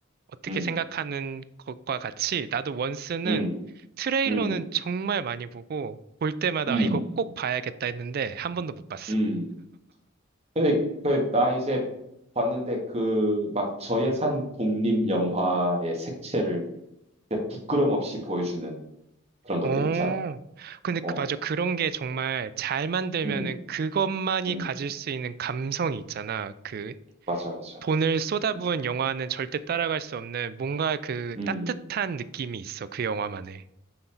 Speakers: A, on the right (about 45°); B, on the right (about 30°).
A: 어떻게
B: 음,
A: 생각하는 것과 같이 나도 원스는
B: 음,
A: 트레일러는
B: 음,
A: 정말 많이 보고 볼 때마다
B: 음.
A: 아, 이거 꼭 봐야겠다 했는데 한 번도 못 봤어.
B: 음. 근데 그, 나 이제 봤는데 그 막 저예산 독립 영화의 색채를 이제 부끄럼 없이 보여주는 그런 것들
A: 오,
B: 있잖아.
A: 근데 그,
B: 어,
A: 맞아. 그런 게 정말 잘 만들면은
B: 음,
A: 그것만이
B: 음,
A: 가질 수 있는 감성이 있잖아. 그
B: 맞아, 맞아.
A: 돈을 쏟아부은
B: 음,
A: 영화는 절대 따라갈 수 없는 뭔가 그
B: 음,
A: 따뜻한 느낌이 있어, 그 영화만의.